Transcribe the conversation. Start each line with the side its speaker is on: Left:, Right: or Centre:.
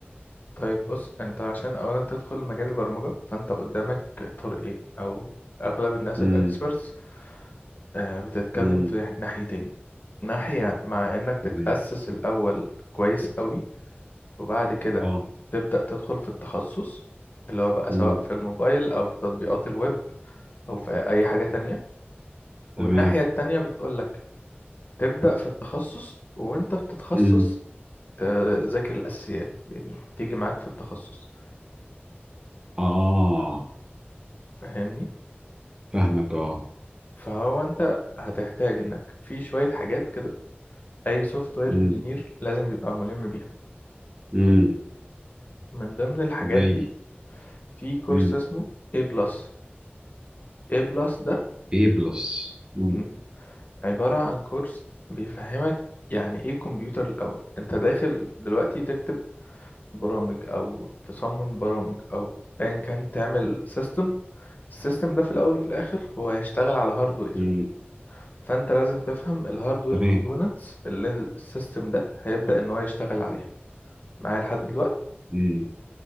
Left: طيب بص انت عشان اولا تدخل مجال البرمجة فانت قدامك طريقين او اغلب الناس
Right: امم
Left: الاكسبرتس بتتكلم
Right: امم
Left: في ناحيتين ناحية مع انك
Right: تمام
Left: تتأسس الاول كويس قوي وبعد كده
Right: اه
Left: تبدأ تدخل في التخصص اللي هو بقى
Right: امم
Left: سواء في الموبايل أو في تطبيقات الويب أو في أي حاجة تانية
Right: تمام
Left: والناحية التانية بتقولك تبدأ في التخصص وأنت بتتخصص
Right: امم
Left: تذاكر الأساسيات يعني تيجي معاك في التخصص
Right: اه
Left: فاهمني
Right: فاهمك اه
Left: فهو أنت هتحتاج إنك في شوية حاجات كده أي سوفت وير
Right: امم
Left: انجينير لازم يبقى ملم بيها
Right: امم
Left: من ضمن الحاجات
Right: زي
Left: دي في كورس
Right: امم
Left: اسمه A+. بلس. A+, بلس
Right: ايه بلس امم
Left: ده عبارة عن كورس بيفهمك يعني ايه كمبيوتر الأول انت داخل دلوقتي تكتب برامج او تصمم برامج او ايا كان تعمل سيستم السيستم ده في الأول وفي الآخر هو هيشتغل على هاردوير
Right: امم
Left: فانت لازم تفهم الهاردوير
Right: تمام
Left: كومبوننتس اللي السيستم ده هيبدأ ان هو يشتغل عليها معايا لحد دلوقتي
Right: امم